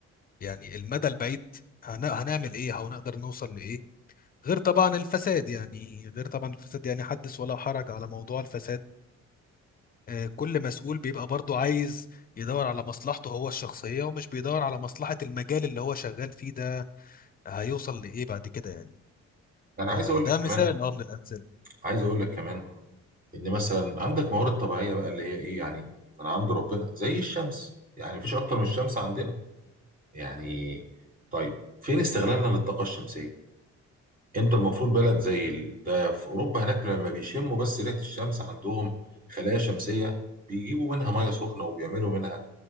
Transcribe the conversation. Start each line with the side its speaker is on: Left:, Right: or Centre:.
Left: يعني المدى البعيد هن- هنعمل إيه أو نقدر نوصل لإيه غير طبعا الفساد يعني غير طبعا الفساد يعني حدث ولا حرج على موضوع الفساد آه، كل مسؤول بيبقى برضه عايز يدور على مصلحته هو الشخصية ومش بيدور على مصلحة المجال اللي هو شغال فيه ده هيوصل لإيه بعد كده يعني
Right: انا
Left: فده
Right: عايز اقول لك
Left: مثال
Right: كمان
Left: اه من الأمثلة
Right: عايز اقول لك كمان ان مثلا عندك موارد طبيعيه بقى اللي هي ايه يعني من عند ربنا زي الشمس يعني مفيش اكتر من الشمس عندنا يعني طيب فين استغلالنا للطاقه الشمسيه انت المفروض بلد زي ال- ده في اوروبا هناك لما بيشموا بس ريحه الشمس عندهم خلايا شمسيه بيجيبوا منها ميه سخنه وبيعملوا منها